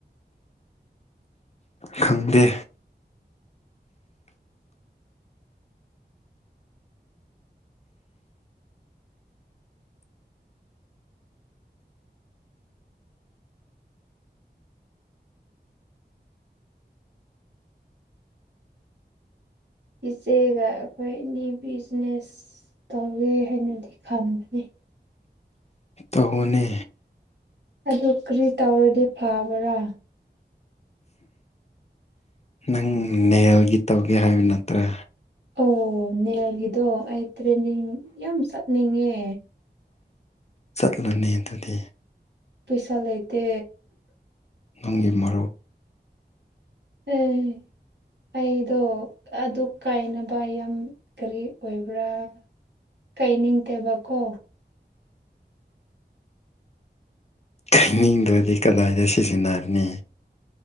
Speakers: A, on the left; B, on the right.
A: ꯈꯪꯗꯦ
B: ꯏꯆꯦꯒ ꯑꯩꯈꯣꯏ ꯑꯅꯤ ꯕꯤꯖꯤꯅꯦꯁ ꯇꯧꯒꯦ ꯍꯥꯏꯅꯗꯤ ꯈꯥꯟꯕꯅꯤ
A: ꯇꯧꯑꯣꯅꯦ
B: ꯑꯗꯨ ꯀꯔꯤ ꯇꯧꯔꯗꯤ ꯐꯕ꯭ꯔꯥ
A: ꯅꯪ ꯅꯦꯜꯒꯤ ꯇꯧꯒꯦ ꯍꯥꯏꯕ ꯅꯠꯇ꯭ꯔꯥ
B: ꯑꯣ ꯅꯦꯜꯒꯤꯗꯣ ꯑꯩ ꯇ꯭ꯔꯦꯟꯅꯤꯡ ꯌꯥꯝ ꯆꯠꯅꯤꯡꯉꯦ꯫
A: ꯆꯠꯂꯨꯅꯦ ꯑꯗꯨꯗꯤ
B: ꯄꯩꯁꯥ ꯂꯩꯇꯦ
A: ꯅꯪꯒꯤ ꯃꯔꯨꯞ
B: ꯑꯦ ꯑꯩꯗꯣ ꯑꯗꯨ ꯀꯥꯏꯅꯕ ꯌꯥꯝ ꯀꯔꯤ ꯑꯣꯏꯕ꯭ꯔꯥ ꯀꯥꯢꯅꯤꯡꯇꯦꯕꯀꯣ
A: ꯀꯥꯏꯅꯤꯡꯗ꯭ꯔꯗꯤ ꯀꯗꯥꯏꯗꯩ ꯁꯤꯖꯤꯟꯅꯅꯤ